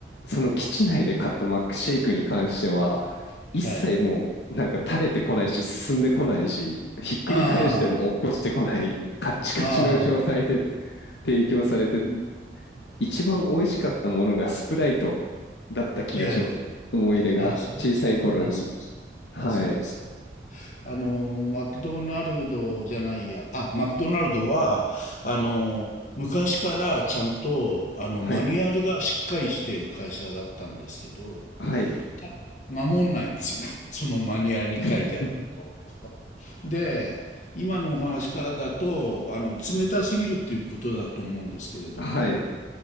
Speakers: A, on the left; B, on the left.
A: その基地内で買ったマックシェイクに関しては、一切もう、
B: え、はい。
A: なんか垂れてこないし、進んでこないし、ひっくり返しても落っこちてこない、
B: あ
A: カッチカチの状態で
B: あ、ああ、
A: 提供されて、一番美味しかったものがスプライトだった気がします。
B: ええ、
A: 思い出が小さい頃に。
B: あ、そうですね。あ、そうです。
A: はい。
B: あ、そうですか。あの、マクドナルドじゃないや。あ、マクドナルドは、あの、昔からちゃんと、あの、
A: はい。
B: マニュアルがしっかりしている会社だったんですけど、
A: はい。
B: た守んないんですよね。<laughs> そのマニュアルに書いてあることを。
A: <laughs>
B: <laughs> で、今のお話からだと、あの、冷たすぎるっていうことだと思うんですけれども、
A: はい。